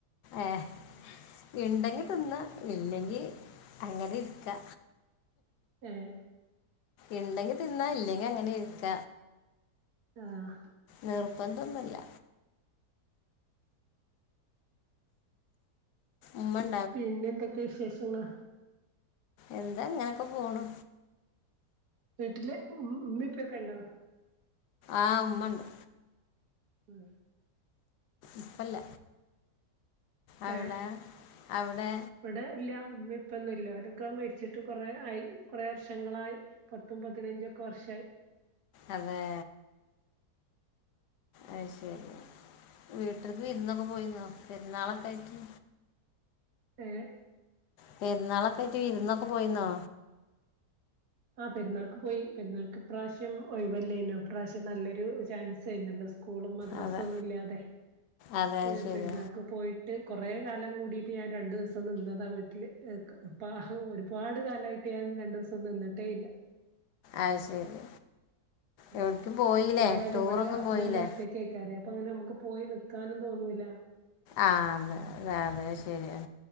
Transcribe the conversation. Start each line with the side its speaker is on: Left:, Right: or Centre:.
Left: ഏഹ് ഇണ്ടെങ്കി തിന്ന ഇല്ലെങ്കി അങ്ങനിര്ക്ക.
Right: ഏഹ്
Left: ഇണ്ടെങ്കി തിന്നാ ഇല്ലെങ്കി അങ്ങനിര്ക്ക.
Right: ആഹ്
Left: നിർബന്ധമൊന്നില്ല ഉമ്മൻ
Right: പിന്നെ എന്തൊക്കെയെ വിശേഷങ്ങള്
Left: എന്താ ഇങ്ങനെയൊക്കെ പോണു
Right: വീട്ടില് ഉം ഉമ്മേം ഉപ്പേക്കെണ്ടാ
Left: ആഹ് ഉമ്മണ്ട്
Right: ഉം
Left: ഇപ്പല്ല അവിടെ
Right: ഏ
Left: അവിടെ
Right: ഇവിടെ ഇല്യാ ഉമ്മേം ഇപ്പേന്നും ഇല്ല ഒരൊക്കെ മരിച്ചിട്ട് കൊറേ ആയി കൊറേ വർഷങ്ങളായി പത്തും പതിനഞ്ചൊക്കെ വർഷായി
Left: അതെ അയ് ശരി വീട്ടിൽക്ക് വിരുന്നൊക്കെ പോയിന്നോ പെരുന്നാളൊക്കെ ആയിറ്റ്
Right: ഏഹ്
Left: പെരുന്നാളൊക്കെ ആയിട്ട് വിരുന്നൊക്കെ പോയീന്നോ
Right: ആഹ് പെരുന്നാൾക്ക് പോയി പെരുന്നാൾക്ക് ഇപ്രാവശ്യം ഒഴിവില്ലേനു ഇപ്രാവശ്യം നല്ലൊരു ചാൻസ് ആയിരുന്നല്ലോ സ്കു സ്കൂളും മദ്രാസൊന്നും
Left: അതെ
Right: ഇല്ലാതെ
Left: അതെ
Right: പെ
Left: അത് ശരി
Right: പെരുന്നാക്ക് പോയിട്ട് കൊറേ കാലം കൂടിട്ട് ഞാൻ രണ്ടു ദിവസം നിന്നതാ വീട്ടില് ക്ക് ഇപ്പാ ഹ് ഓരും ഒരുപാട് കാലായിട്ട് ഞാൻ രണ്ടുസം നിന്നിട്ടേ ഇല്ല
Left: അയ് ശരി
Right: ഉം
Left: എവിടേക്കും പോയില്ലേ
Right: പോയാല്
Left: ടൂറൊന്നും
Right: ഇവിടെ ഹസ്ബന്റ്
Left: പോയില്ലേ
Right: ഒറ്റക്ക് എയ്ക്കരെ അപ്പോ അങ്ങനെ ഞമുക്ക് പോയി നിക്കാനും തോന്നൂല്ല
Left: ആ അതെ അതെ അഹ് ശരിയ